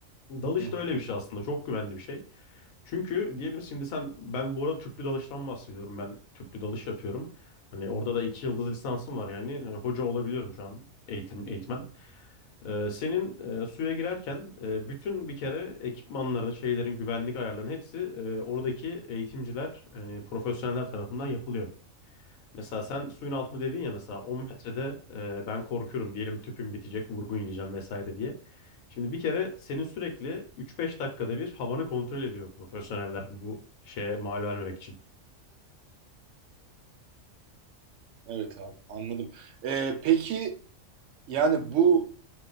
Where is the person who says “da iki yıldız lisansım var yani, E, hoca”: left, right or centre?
Left